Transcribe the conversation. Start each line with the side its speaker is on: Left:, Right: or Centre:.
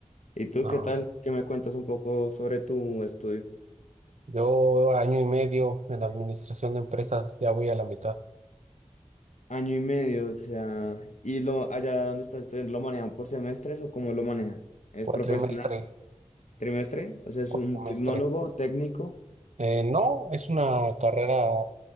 Left: ¿Y tú
Right: No.
Left: qué tal? ¿Qué me cuentas un poco sobre tu estudio?
Right: Yo año y medio en la administración de empresas, ya voy a la mitad.
Left: Año y medio, o sea, ¿y lo allá donde estás estudiando lo manejan por semestres o cómo lo manejan? ¿Es
Right: Cuatrimestre,
Left: profesional? ¿Trimestre? O sea, es
Right: cuatrimestre.
Left: un tecnólogo técnico.
Right: Eh, no, es una carrera